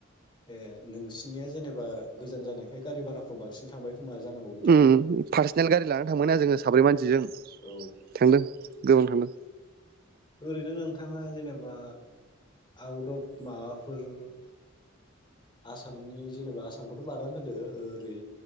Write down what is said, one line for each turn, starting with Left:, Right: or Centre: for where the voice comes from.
Left: ए नोंसिनिया जेनेबा गोजान जानायखाय गारि भाराफ्राव बांसिन थांबाय खोमा जानांगौ बिदि
Right: ओम
Left: बुंदां
Right: फारसनेल गारि लाना थांबायना जोङो साब्रै मानसिजों
Left: औ
Right: थांदों गोबां थांदों
Left: ओरैनो नोंथाङा जेनेबा आउट अफ माबाफोर आसामनि जेनेबा आसामखौथ' बादानो होदो ओरै